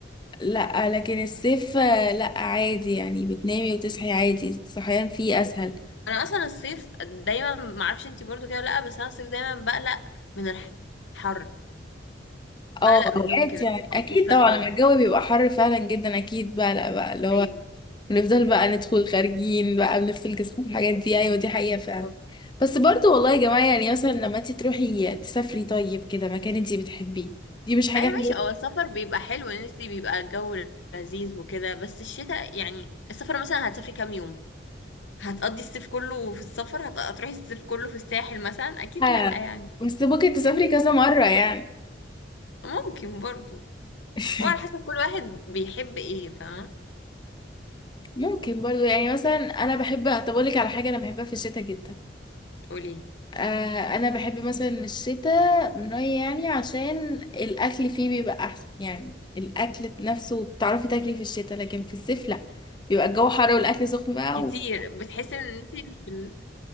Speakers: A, on the left; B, on the left.
A: لا لكن الصيف آه، لا عادي يعني بتنامي وتصحي عادي الصحيان فيه اسهل
B: انا اصلا الصيف دايما ما اعرفش انتي برضو كده ولا لا بس انا الصيف دايما بقلق من الحر
A: اه
B: بقلق
A: اوقات
B: من النوم كده
A: يعني اكيد
B: على طول كذا
A: طبعا
B: مرة
A: لما الجو بيبقى حر فعلا جدا اكيد بقى لا بقى اللي هو
B: ايوه
A: نفضل بقى ندخل خارجين بقى بنغسل جسمنا في الحاجات دي ايوه دي حقيقة فعلا
B: طب.
A: بس برضو والله يا جماعة يعني مثلا لما انت تروحي تسافري طيب كده مكان انت بتحبيه دي مش حاجة
B: ايوه ماشي هو السفر بيبقى حلو ان انتي بيبقى الجو لذيذ وكده بس الشتاء يعني السفر مثلا هتسافري كام يوم هتقضي الصيف كله في السفر هت- هتروحي الصيف كله في الساحل مثلا اكيد
A: حلوة
B: لا يعني
A: بس ممكن تسافري كذا مرة يعني
B: ممكن برضو
A: <laughs>
B: هو على حسب كل واحد بيحب ايه فاهمه
A: ممكن برضو يعني مثلا انا بحب هطبقلك على حاجة انا بحبها في الشتاء جدا
B: قوليلي
A: آه انا بحب مثلا الشتاء من رأيي يعني عشان الاكل فيه بيبقى احسن يعني الاكل نفسه بتعرفي تاكلي في الشتاء لكن في الصيف لا بيبقى الجو حر والاكل سخن بقى
B: كتير بتحسي ان انت في ال...